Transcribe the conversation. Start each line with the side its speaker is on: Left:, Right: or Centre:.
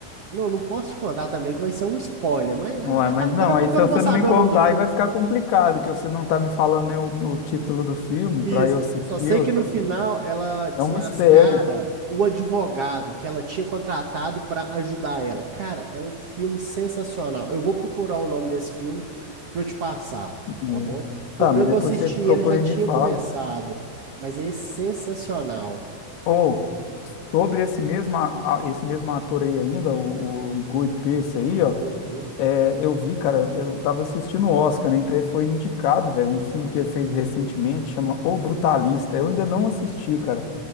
Right: Não, não posso te contar também que vai ser um spoiler, mas é
Left: Ué,
Right: é
Left: mas
Right: bacana
Left: não,
Right: porque
Left: aí se
Right: eu não
Left: você
Right: vou saber
Left: não me contar,
Right: o nome do filme.
Left: aí vai ficar complicado, que você não tá me falando nem o, o título do filme
Right: Isso.
Left: pra eu assistir.
Right: Só sei
Left: ué.
Right: que no final ela desmascara
Left: É um mistério.
Right: o advogado que ela tinha contratado pra ajudar ela. Cara, é um filme sensacional. Eu vou procurar o nome desse filme pra eu te passar,
Left: né?
Right: tá bom? O problema
Left: Tá, mas
Right: é que
Left: depois
Right: eu assisti
Left: você procura
Right: ele já tinha
Left: e me fala.
Right: começado, mas é sensacional.
Left: Ou, sobre esse mesmo, a- a- esse mesmo ator aí ainda, o, o Guy Pearce aí, ó,
Right: Uhum.
Left: é, eu vi, cara, eu tava assistindo o Oscar, né, então ele foi indicado, velho, um filme que ele fez recentemente, chama O Brutalista, eu ainda não assisti, cara,